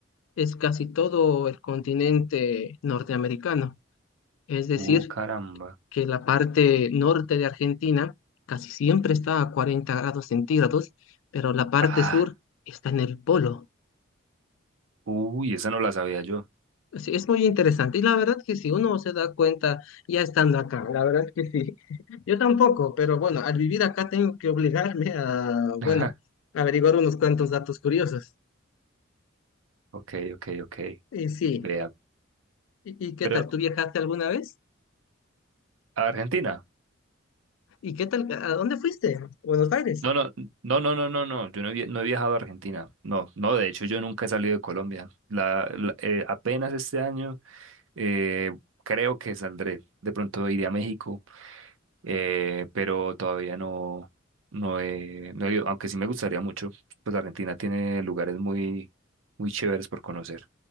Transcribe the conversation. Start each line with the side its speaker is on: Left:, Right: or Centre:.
Left: es casi todo el continente norteamericano. Es decir,
Right: Uh, caramba.
Left: que la parte norte de Argentina casi siempre está a 40 grados centígrados, pero la parte
Right: Ah,
Left: sur está en el polo.
Right: uy, esa no la sabía yo.
Left: Así Es muy interesante. Y la verdad que si uno se da cuenta ya estando acá, la verdad que sí. <laughs> Yo tampoco, pero bueno, al vivir acá tengo que obligarme a, bueno,
Right: <laughs>
Left: averiguar unos cuantos datos curiosos.
Right: Ok, ok, ok.
Left: Y sí,
Right: Vea,
Left: ¿y, y qué
Right: pero
Left: tal? ¿Tú viajaste alguna vez?
Right: ¿a Argentina.
Left: ¿Y qué tal? ¿A dónde fuiste? Buenos Aires.
Right: No, no, no, no, no, no, no. Yo no he, vi- no he viajado a Argentina. No, no, de hecho yo nunca he salido de Colombia. La, la- eh, apenas este año eh, creo que saldré. De pronto iré a México eh, pero todavía no, no he, no he ido, aunque sí me gustaría mucho, pues Argentina tiene lugares muy, muy chéveres por conocer.